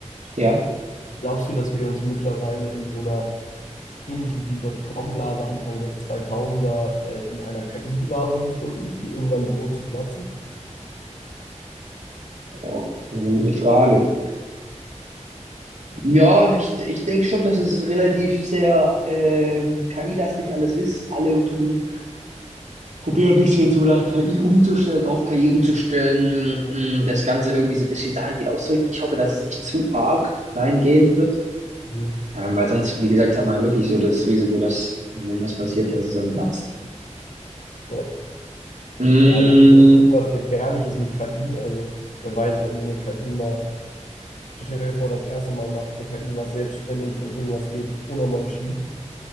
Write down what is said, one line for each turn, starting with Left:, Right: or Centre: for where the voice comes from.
Right: ja.
Left: glaubst du, dass wir uns mittlerweile in so einer ähnlich wie die Dotcom-Blase Anfang der 2000er äh, in einer KI-Blase befinden, die irgendwann droht zu platzen.
Right: Oh, eine gute Frage. Ja, ich, ich denke schon, dass es relativ sehr ähm, KI-lastig alles ist. Alle Unternehmen probieren ein bisschen so nach KI umzustellen, auf KI umzustellen,
Left: Ja,
Right: hm, das Ganze irgendwie so ein bisschen dahingehend auszurichten. Ich hoffe, dass es nicht zu arg dahingehend wird.
Left: Mhm.
Right: Ähm, weil sonst, wie gesagt, hat man ja wirklich so das Risiko, dass, wenn was passiert, dass es dann platzt.
Left: ja.
Right: Mm,
Left: ja irgend- irgendwas Gefährliches mit KI. Also wer weiß, wenn so eine KI mal, stell dir vor, das erste Mal macht eine KI was selbstständig und irgendwas geht unnormal schief.